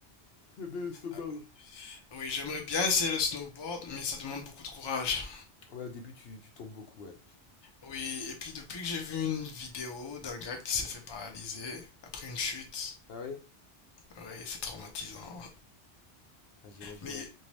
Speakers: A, on the left; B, on the left.
A: j'aime bien le snowboard.
B: Euh, Oui, j'aimerais bien essayer le snowboard, mais ça demande beaucoup de courage.
A: Ouais, au début tu, tu tombes beaucoup, ouais.
B: Oui, et puis depuis que j'ai vu une vidéo d'un gars qui s'est fait paralyser après une chute,
A: Ah oui?
B: oui, c'est traumatisant.
A: Ah, j'imagine,
B: Mais
A: hein.